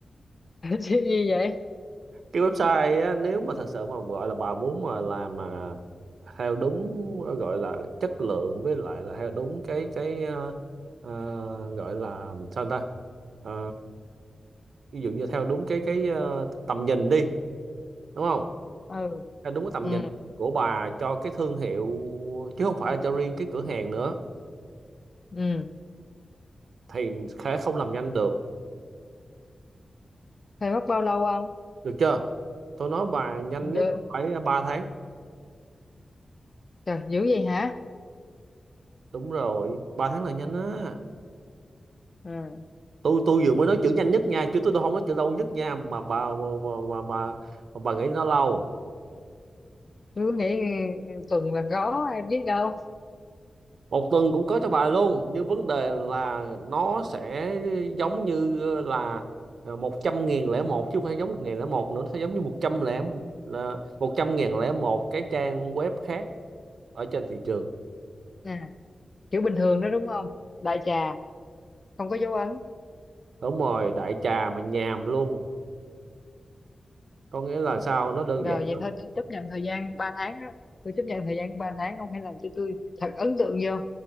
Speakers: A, on the left (about 35°); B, on the right (about 80°).
A: <laughs> Chứ gì vậy?
B: cái website á, nếu mà thật sự mà gọi là bà muốn mà làm mà theo đúng gọi là chất lượng với lại là theo đúng cái cái ờ, ờ, gọi là sao ta Ờ, ví dụ như theo đúng cái cái ờ, tầm nhìn đi đúng không
A: Ừ,
B: theo đúng cái tầm
A: ừ,
B: nhìn của bà cho cái thương hiệu chứ không phải là cho riêng cái cửa hàng nữa
A: ừ.
B: thì sẽ không làm nhanh được
A: Phải mất bao lâu không?
B: được chưa tôi nói bà nhanh
A: Được.
B: nhất phải ba tháng
A: Trời, dữ vậy hả?
B: đúng rồi 3 tháng là nhanh á
A: Ừ.
B: tôi tôi vừa mới nói chữ nhanh nhất nha chứ tôi tôi không nói chữ lâu nhất nha mà bà mà, mà, bà mà, bà nghĩ nó lâu
A: Tôi cứ nghĩ ừ, tuần là có, ai biết đâu.
B: một tuần cũng có cho bà luôn nhưng vấn đề là nó sẽ giống như là ờ, một trăm nghìn lẻ một chứ không phải giống một nghìn lẻ một nữa nó sẽ giống như một trăm lẻ là một trăm nghìn lẻ một cái trang web khác ở trên thị trường
A: Nè. kiểu bình thường đó đúng không đại trà không có dấu ấn
B: đúng rồi đại trà mà nhàm luôn có nghĩa là sao nó đơn
A: rồi
B: giản lắm
A: vậy thôi tôi chấp nhận thời gian 3 tháng á tôi chấp nhận thời gian 3 tháng ông hãy làm cho tôi thật ấn tượng vô